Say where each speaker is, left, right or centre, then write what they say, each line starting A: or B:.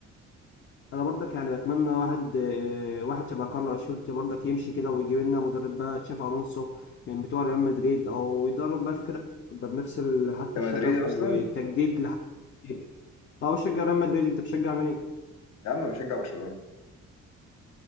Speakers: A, on the left; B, on the left.
A: انا برضك يعني بتمنى واحد آه، واحد شبه كارلو انشيلوتي برضك يمشي كده ويجيب لنا مدرب بقى تشافي الونسو من بتوع ريال مدريد او يدرب بقى الفرق يبقى بنفس ال- حتى
B: كمدريدي
A: الشغف
B: اصلا
A: والتجديد لح- اه بشجع ريال مدريد انت بتشجع مين؟
B: يا عم بشجع برشلونه